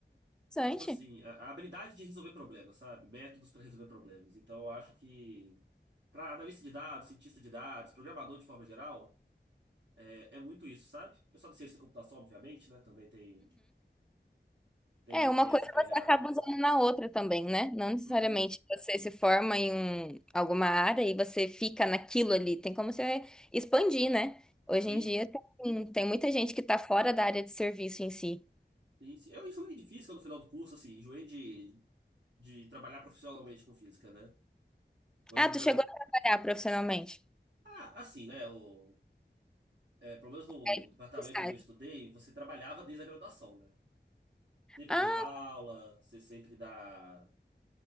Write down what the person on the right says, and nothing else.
Tipo assim, a, a habilidade de resolver problemas, sabe? Métodos para resolver problemas. Então, eu acho que para analista de dados, cientista de dados, programador de forma geral, é, é muito isso, sabe? O pessoal da ciência da computação, obviamente, né? Também tem, tem,
tem
essa pegada.
Uhum.
Sim,
sim, sim. Eu enjoei de física no final do curso, assim, enjoei de. de trabalhar profissionalmente com física, né? Hoje,
pra
mim.
Ah, assim, né? O, é, pelo menos no,
no departamento
onde eu estudei, você trabalhava desde a graduação, né? Sempre
dei aula, você sempre dá,